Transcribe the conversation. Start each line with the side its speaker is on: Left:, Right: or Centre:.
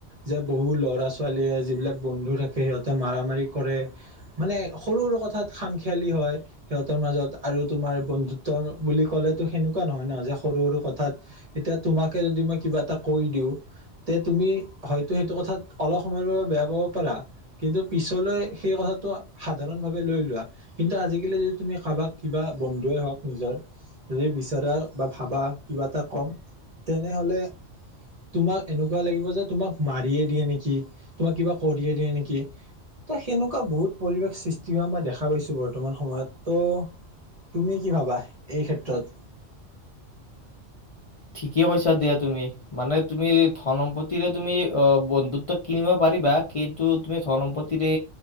Right: যে বহু ল'ৰা ছোৱালীয়ে যিবিলাক বন্ধু থাকে। সিহঁতে মাৰ মাৰি কৰে মানে সৰু সৰু কথাত খামখিয়ালি হয় সিহঁতৰ মাজত। <unintelligible> আৰু তোমাৰ বন্ধুত্ব বুলি ক'লেতো, সেনেকুৱা নহয় ন, যে সৰু সৰু কথাত এতিয়া তোমাকে যদি মই কিবা এটা কৈ দিওঁ। তে তুমি হয়তো সেইটো কথাত অলপ সময়ৰ বাবে বেয়া পাব পাৰা। কিন্তু পিছলৈ সেই কথাটো সাধাৰণ ভাৱে লৈ লোৱা। কিন্তু আজিকালি যদি তুমি কাৰোবাক। কিবা বন্ধুৱে হওঁক নিজৰ যদি বিচৰা বা ভাবা কিবা এটা কম। তেনেহ'লে তোমাক এনেকুৱা লাগিব যে তোমাক মাৰিয়ে দিয়ে নেকি, তোমাক কিবা কৰিয়ে দিয়ে নেকি, ত সেনেকুৱা বহুত পৰিৱেশ সৃষ্টি হোৱা মই দেখা পাইছোঁ বৰ্তমান সময়ত ত'। তুমি কি ভাবা এই ক্ষেত্ৰত।
Left: ঠিকে কৈছা দিয়া তুমি মানে। তুমি ধন সম্পত্তিৰে তুমি অ। বন্ধুত্ব কিনিব পাৰিবা। কিন্তু তুমি ধন সম্পত্তিৰে